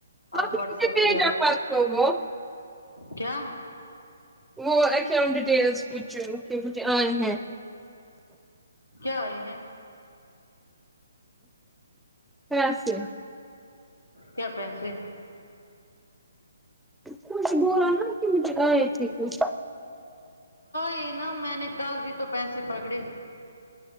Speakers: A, on the left (about 80°); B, in the centre.
A: اور
B: آپ
A: واٹس
B: نے مجھے
A: ایپ
B: بھیجا
A: پہ آجاؤ
B: پرسوں وہ
A: کیا
B: وہ اکاؤنٹ ڈیٹیلز مجھے ائے ہیں
A: کیا آئے ہیں
B: پیسے
A: کیا پیسے
B: کچھ بولا نا کہ مجھ آئے تھی کچھ
A: یہ نا میں نے کل بھی تو پیسے پکڑے